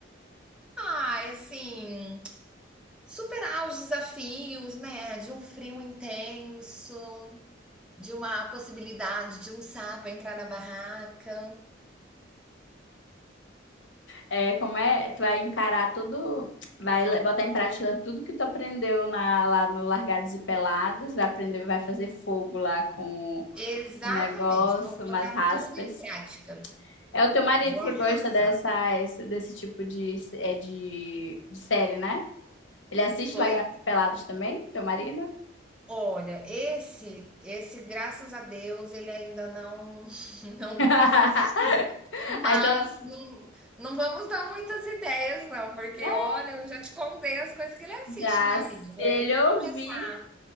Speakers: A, in the centre; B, on the left.
A: Ah, assim, superar os desafios, né, de um frio intenso, de uma possibilidade de um sapo entrar na barraca.
B: é, como é, tu vai encarar tudo, vai le- botar em prática tudo que tu aprendeu na- lá no Largados e Pelados, vai aprender, vai fazer fogo lá com
A: Exatamente,
B: o negócio,
A: vou botar
B: umas raspas.
A: tudo em prática.
B: É o teu marido
A: Vou
B: que
A: arrasar.
B: gosta dessas, desse tipo de, é, de, de série, né? Ele assiste
A: Oi?
B: Largados e Pelados também, teu marido?
A: Olha, esse, esse, graças a Deus, ele ainda não <laughs> não
B: <laughs>
A: começou a assistir. Mas
B: Ah, Então,
A: não, não vamos dar muitas ideias, não, porque
B: né?
A: olha, eu já te contei as coisas que ele assiste,
B: Já,
A: né, amiga?
B: se
A: Para
B: ele
A: ele começar
B: ouvir